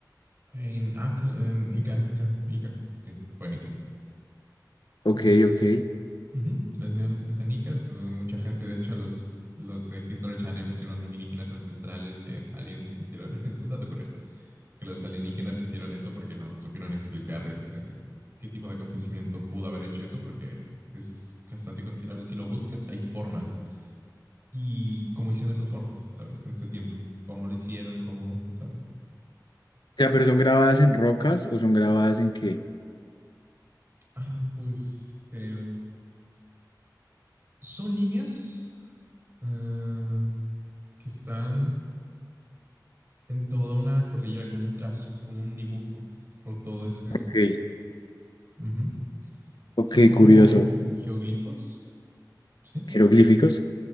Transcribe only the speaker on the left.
ok,
ok.
O sea, pero ¿son grabadas en rocas o son grabadas en qué?
Ok,
ok,
curioso.
Jeroglíficos.